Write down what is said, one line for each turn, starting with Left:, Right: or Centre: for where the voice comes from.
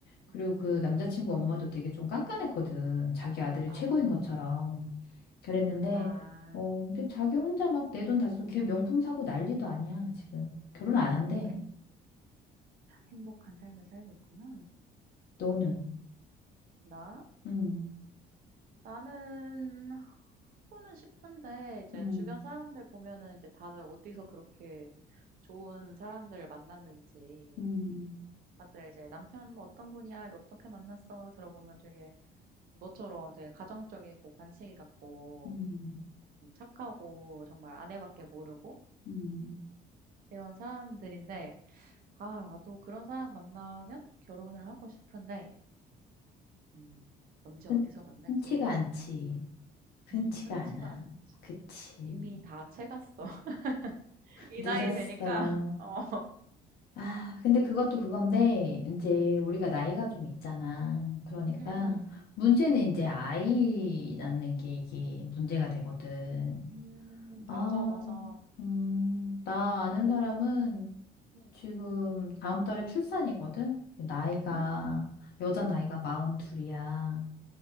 Left: 그리고
Right: 음.
Left: 그 남자친구 엄마도 되게 좀 깐깐했거든. 자기 아들이 최고인
Right: 아.
Left: 것처럼. 그랬는데
Right: 아.
Left: 어, 근데 자기 혼자 막 내 돈 다 쓰고 걔 명품 사고 난리도 아니야, 지금. 결혼 안
Right: 오
Left: 한대.
Right: 행 행복한 삶을 살고 있구나.
Left: 너는.
Right: 나?
Left: 음.
Right: 나는 하고는 싶은데 이제
Left: 음.
Right: 주변 사람들 보면은 이제 다들 어디서 그렇게 좋은 사람들을 만났는지
Left: 음.
Right: 다들 이제 "남편 뭐 어떤 분이야. 이제 어떻게 만났어?" 들어보면 되게 너처럼 되게 가정적이고 관심이 갖고
Left: 음.
Right: 음 착하고 정말 아내밖에 모르고
Left: 음.
Right: 이런 사람들인데 아 나도 그런 사람 만나면 결혼을 하고 싶은데 음. 언제
Left: 흔,
Right: 어디서 만날지
Left: 흔치가
Right: 모르겠다.
Left: 않지. 흔치가
Right: 음. 흔치가
Left: 않아.
Right: 않지.
Left: 그치.
Right: 이미 다 채갔어. <laughs> 이
Left: 늦었어.
Right: 나이 되니까. <laughs> 어.
Left: 아, 근데 그것도 그건데, 이제 우리가 나이가 좀
Right: 음.
Left: 있잖아. 그러니까,
Right: 음음.
Left: 문제는 이제 아이 낳는 게 이게 문제가 되거든.
Right: 음. 음,
Left: 아,
Right: 맞아, 맞아.
Left: 음, 나
Right: 걱정되더라.
Left: 아는 사람은
Right: 음.
Left: 지금 다음 달에 출산이거든? 나이가,
Right: 음.
Left: 여자 나이가 마흔 둘이야